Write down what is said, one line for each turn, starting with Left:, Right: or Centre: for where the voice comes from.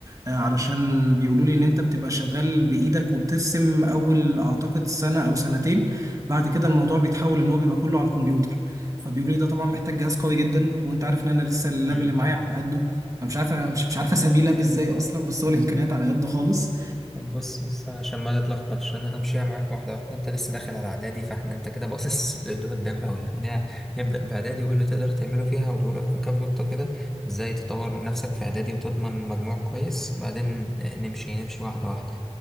Right: آه، علشان بيقولوا لي إن أنت بتبقى شغال بإيدك وبترسم أول أعتقد سنة أو سنتين بعد كده الموضوع بيتحول إن هو بيبقى كله على الكمبيوتر فبيقولوا لي ده طبعا محتاج جهاز قوي جدا وأنت عارف إن أنا لسه اللاب
Centre: مم.
Right: اللي معايا على قده فمش عارف مش مش عارف أسميه لاب إزاي أصلا بس هو الإمكانيات على قده خالص
Centre: طب بص بص عشان ما تتلخبطش انا همشيها معاك واحده واحده انت لسه داخل على اعدادي فاحنا انت كده باصص <laughs> لقدام قوي خلينا نبدا باعدادي وايه اللي تقدر تعمله فيها هقوله لك في كام نقطه كده ازاي تطور من نفسك في اعدادي وتضمن مجموع كويس بعدين نمشي نمشي واحده واحده